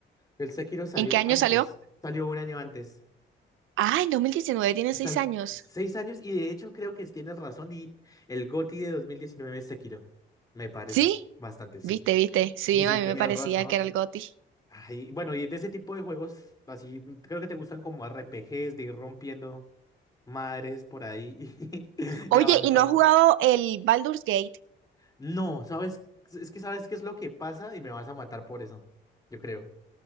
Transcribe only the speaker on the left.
El Sekiro salió
antes.
Salió un año antes.
Sal-
seis años y de hecho creo que tienes razón y el GOTY de 2019 es Sekiro. Me parece
bastante, sí.
Sí,
sí, tenías
razón.
Ay, bueno, y de ese tipo de juegos así, creo que te gustan como RPGs de ir rompiendo madres por ahí y, <laughs>
y avanzando.
No, ¿sabes? Es que sabes qué es lo que pasa y me vas a matar por eso, yo creo.